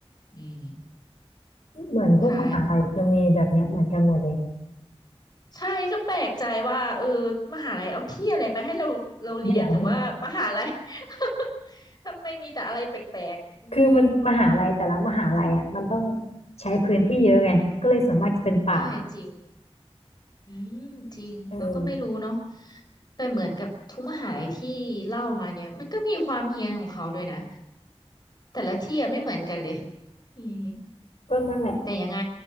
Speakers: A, on the left; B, on the left.
A: อืม
B: เหมือนทุกมหาลัยจะมีแบบเนี้ยเหมือนกันหมดเลย
A: ใช่ ใช่ก็แปลกใจว่าเออมหาลัยเอาที่อะไรมาให้เราเราเรียนหรือว่ามหาลัย
B: เดี๋ยว
A: <laughs> ทำไมมีแต่อะไรแปลกๆอืม
B: <laughs> คือมันมหาลัยแต่ละมหาลัยอ่ะมันต้องใช้พื้นที่เยอะไงก็เลยส่วนมากจะเป็นป่า
A: ใช่จริงอืมจริงแล้วก็ไม่รู้เนาะ
B: เออ
A: แต่เหมือนกับทุกมหาลัยที่เล่ามาเนี่ยมันก็มีความเฮี้ยนของเขาด้วยนะแต่ละที่อะไม่เหมือนกันเลยอืม
B: ก็นั่นแหละ
A: แต่ยังไง